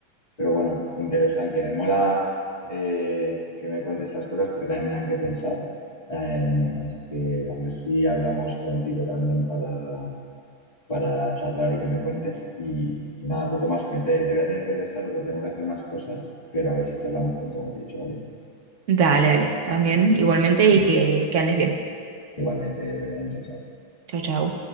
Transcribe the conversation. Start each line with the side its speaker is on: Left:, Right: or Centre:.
Left: Pero bueno, interesante. Me mola eh, que me cuentes estas cosas porque también me dan que pensar. Eh, así que a ver si hablamos prontito también para, para charlar y que me cuentes. Y, y nada, poco más. Me te, te voy a tener que dejar porque tengo que hacer unas cosas, pero a ver si charlamos pronto, como te he dicho, ¿vale?
Right: Dale, dale, también igualmente y que, que andes bien.
Left: Igualmente, Belén, chao, chao.
Right: Chao, chao.